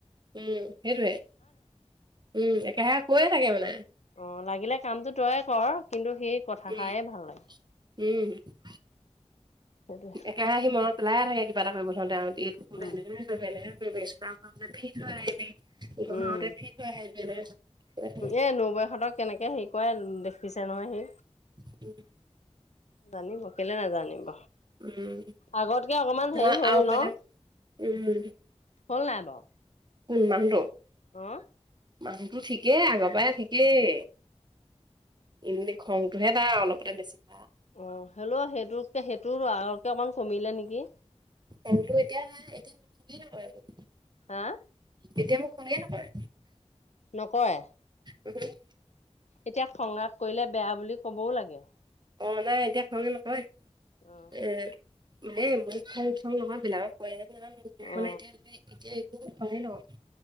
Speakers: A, on the right; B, on the left.
A: উম সেইটোৱে। উম একেৰাহে কৈয়ে থাকে মানে।
B: অহ লাগিলে কামটো তইয়ে কৰ, কিন্তু সেই কথাষাৰেই
A: উম
B: ভাল লাগে।
A: উম।
B: সেইটোৱে
A: একেৰাহে সি মনত পেলাই থাকে কিবা এটা কৰিব ধৰোঁতে আৰু এইটো কোনে
B: উম
A: এনেকে। এইটো এনেকে কৰিবি ষ্ট্ৰক কৰোঁতে ফিট হৈ আহিবি। এই বহাগতে
B: উম
A: ফিট হৈ আহিবি এনেকে কয় তেনেকে।
B: এ নবৌয়েহতক কেনেকে সেই। কয় দেখিছে নহয় সি।
A: উম উম।
B: জানিব কেলে নাজান নিব?
A: উম
B: আগতকে অকমান
A: নহয়
B: হেৰি হ'ল
A: আৰু
B: ন?
A: বেলেগ উম
B: হ'ল নাই বাৰু।
A: কোন? মানুহটো
B: অহ।
A: মানুহটো ঠিকেই আগৰ পৰাই ঠিকেই এনেই খংটোহে তাৰ অলপতে বেছি ভা
B: অঁ, হ'লেও সেইটোতকে সেইটো আগতকে অকণমান কমিলে নেকি?
A: টাইমটো এতিয়া এটেণ্ডে নকৰে বোলো।
B: হাঁ।
A: এতিয়া মোক খঙে নকৰে।
B: নকৰে?
A: উমহোঁ।
B: এতিয়া খং-ৰাগ কৰিলে বেয়া বুলি ক'বও লাগে।
A: অ নাই এতিয়া খং নকৰে।
B: অ
A: এ মানে মোক খং- চং নকৰে বেলেগক কৰে যদি নেজানো। মোক মানে
B: অ
A: এতিয়ালৈকে এতিয়া একো খঙে নকৰে।